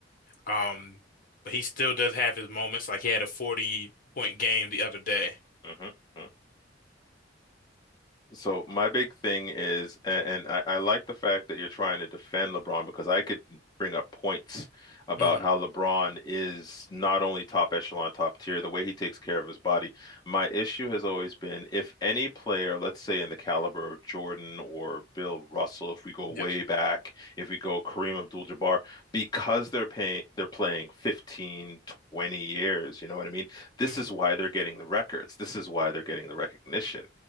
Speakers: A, on the left; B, on the left.
A: um, but he still does have his moments. Like he had a 40 point game the other day.
B: hmm hmm So my big thing is, and, and I, I like the fact that you're trying to defend LeBron because I could bring up points about
A: hmm
B: how LeBron is not only top echelon, top tier, the way he takes care of his body. My issue has always been if any player, let's say in the caliber of Jordan or Bill Russell, if we go
A: Yes.
B: way back, if we go Kareem Abdul-Jabbar, because they're paying, they're playing 15, 20 years, you know what I mean? This
A: hmm
B: is why they're getting the records. This is why they're getting the recognition.